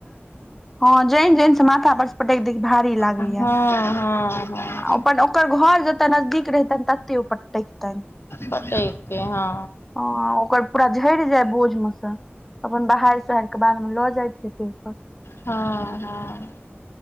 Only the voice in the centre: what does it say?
हँ जैन जैन से माथा पर पटक द भारी लागे
या
अपन ओकर घर जते नजदीक रहतनि तत्ते पट्टे खितनि
अ ओकर पूरा झड़ जाय बोझ में से अपन बहार सोहार के बाद में लो जा ठा <inaudible>